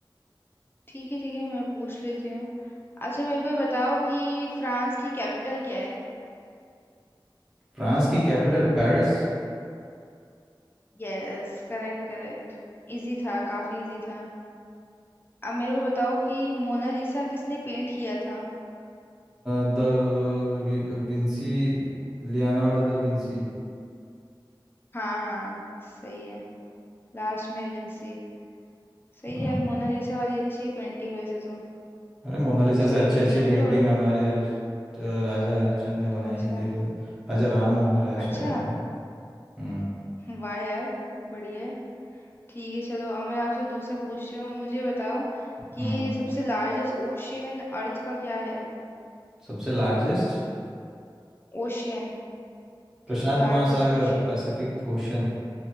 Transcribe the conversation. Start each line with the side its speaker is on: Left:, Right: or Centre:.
Left: ठीक है ठीक है मैं पूछ लेती हूँ अच्छा मेरे को ये बताओ कि फ्रांस की कैपिटल क्या है
Centre: फ्रांस की capital Paris
Left: Yes correct correct इजी था काफी इजी था अब मेरे को बताओ कि मोनालिसा किसने पेंट किया था
Centre: Da Vinci Leonardo da Vinci
Left: हाँ हाँ सही है लास्ट में विंसी सही
Centre: हम्म।
Left: है यार मोनालिसा वाली अच्छी है पेंटिंग वैसे तो
Centre: अरे मोनालिसा
Left: चलो
Centre: से अच्छी
Left: ठीक
Centre: अच्छी
Left: है मेरे
Centre: पेंटिंग
Left: को बता
Centre: हमारे हरीश अ, राजा हरिश्चंद्र ने बनाई
Left: अच्छा
Centre: है देख लेना राजा राम मोहन राय शायद
Left: अच्छा
Centre: आई थिंक हम्म
Left: वाह यार बढ़िया है ठीक है चलो अब मैं आपसे दूसरा पूछती हूँ मुझे बताओ
Centre: हम्म
Left: कि सबसे लार्जेस्ट ओशियन अर्थ का क्या है
Centre: सबसे लार्जेस्ट
Left: ओशियन
Centre: प्रशांत
Left: सबसे लार्जेस्ट
Centre: महासागर
Left: ओशियन
Centre: पैसिफिक ओशन